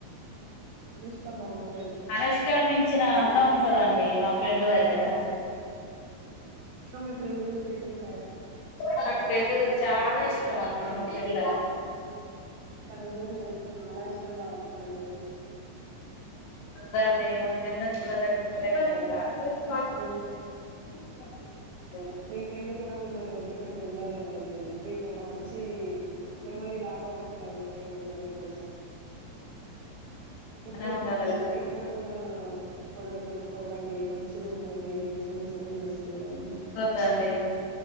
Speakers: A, on the right (about 75°); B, on the left (about 85°).
A: అనుష్క బావున్
B: అనుష్కని మించిన అందం ఉంటదండి మా ఫ్రెండ్ దగ్గర
A: మీ ఫ్రెండ్ గుంచే చెప్
B: నాకు పెండు చాలా ఇష్టం అండి మా ఫ్రెండ్
A: తనగూడా మీరంటే చాలా ఇష్టం కావచ్చండి
B: అంతే అండి మా ఫ్రెండ్ ని చూడలేకపోతే <inaudible>
A: ఉ
B: <inaudible>
A: మీ ఫ్రెండ్ గూడా మిమ్మల్ని వదిలిపెట్టి ఉండదులేండి మీకు ఒక మంచి మెమొరీ లాగా ఉంటది మీ ఫ్రెండు గూడా మీ కోసం ఎప్పుడు
B: బానే ఉండాలి
A: కూడ
B: కదా
A: ఎప్పుడు కూడా గొడవలు పెట్టుకోకండి మంచిగుండండి అండర్స్టాండ్ చేసుకో గాడిదై
B: దండి